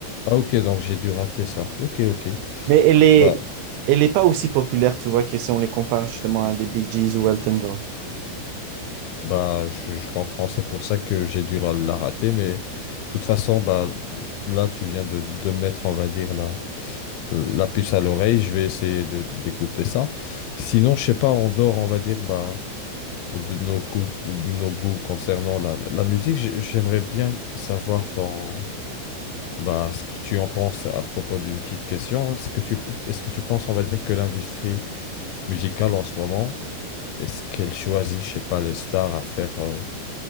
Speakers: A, on the left (about 85°); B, on the right (about 85°).
A: ah, ok, donc j'ai dû rater ça. Ok, ok.
B: Mais elle est,
A: Bah,
B: elle est pas aussi populaire, tu vois, que si on les compare justement à des Bee Gees ou Elton John.
A: Bah, je, je comprends, c'est pour ça que j'ai dû la, la rater, mais de toute façon, bah, là, tu viens de, de mettre, on va dire, la, la puce à l'oreille, je vais essayer de, d'écouter ça. Sinon, je sais pas, en dehors, on va dire, bah, de nos goûts, de nos goûts concernant la, la musique, j'ai- j'aimerais bien savoir ton, bah, ce que tu en penses à propos d'une petite question. Est-ce que tu, est-ce que tu penses, on va dire, que l'industrie musicale en ce moment, est-ce qu'elle choisit, je sais pas, les stars à faire. euh,